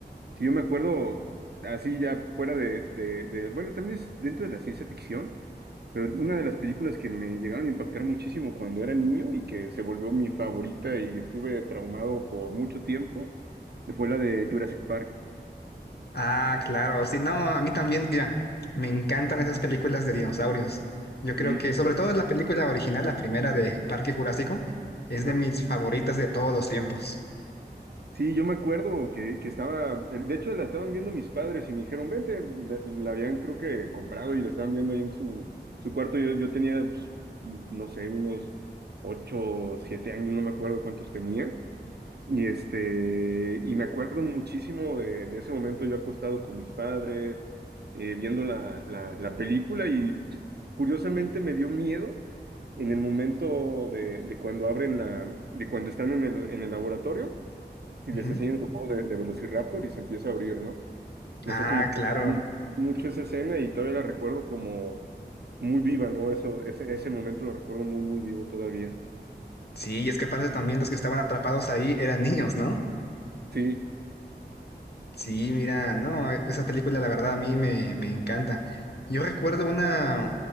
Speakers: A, on the right; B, on the left.
A: Si yo me acuerdo, así ya fuera de, de, de- bueno, también es dentro de la ciencia ficción, pero una de las películas que me llegaron a impactar muchísimo cuando era niño y que se volvió mi favorita y estuve traumado por mucho tiempo, fue la de Jurassic Park.
B: Ah, claro, sí, no, a mí también, mira, me encantan esas películas de dinosaurios. Yo creo
A: Sí,
B: que, sobre todo la película original, la primera de Parque Jurásico, es
A: ajá.
B: de mis favoritas de todos los tiempos.
A: Sí, yo me acuerdo que, que estaba, de hecho la estaban viendo mis padres y me dijeron, vente, la, y la habían creo que comprado y la estaban viendo ahí en su, su cuarto. Yo, yo tenía, pues, no sé, unos ocho, siete años, no me acuerdo cuántos tenía. Y este, y me acuerdo muchísimo de, de ese momento yo acostado con mis padres, eh, viendo la, la, la película y curiosamente me dio miedo en el momento de, de cuando abren la, de cuando están en el, en el laboratorio y
B: Ujú.
A: les enseñan el juego de, de Velociraptor y se empieza a abrir, ¿no? No
B: Ah,
A: sé cómo fue
B: claro.
A: mu- mucho esa escena y todavía la recuerdo como muy viva, ¿no? Eso, ese, ese momento lo recuerdo muy, muy vivo todavía.
B: Sí, y es que aparte también los que estaban atrapados ahí eran niños, ¿no?
A: Sí.
B: Sí, mira, no, e, esa película la verdad a mí me, me encanta. Yo recuerdo una,